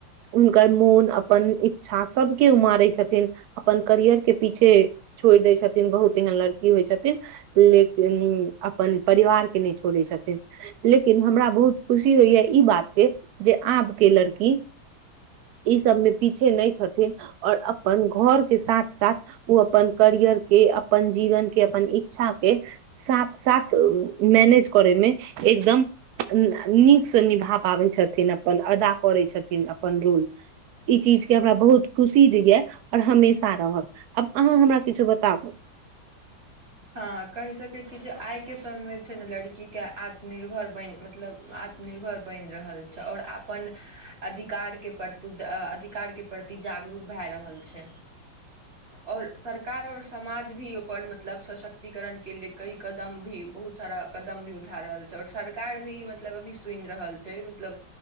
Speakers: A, on the right (about 75°); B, on the right (about 35°).
A: हुनकर मोन अपन इच्छा सबके उ मारै छथिन अपन करियर के पीछे छोड़ि दै छथिन बहुत एहन लड़की होइ छथिन लेकिन अपन परिवार के नहि छोड़ै छथिन लेकिन हमरा बहुत खुशी होइया ई बात पे जे आब के लड़की ई सब मे पीछे नहि छथिन ओर अपन घर के साथ साथ ओ अपन करियर के अपन जीवन के अपन इच्छा के साथ साथ मैनेज करैमे एकदम नीकसँ निभा पाबै छथिन अपन अदा करै छथिन अपन रूल ई चीज के हमरा बहुत खुशी द ये और हमेशा रहत आब अहाँ हमरा किछु बताबू
B: हँ कहि सकै छियै जे आइके समयमे जे छै ने लड़कीके आत्मनिर्भर बनि मतलब आत्म निर्भर बनि रहल छै आओर अपन अधिकारके प्रति अधिकारके प्रति जागरूक भै रहल छै ओर सरकार आओर समाज भी ओकर म मतलब सशक्तिकरणके लिए कई कदम भी बहुत सारा कदम भी उठा रहल छै आओर सरकार भी मतलब मतलब अभी सुनि रहल छै मतलब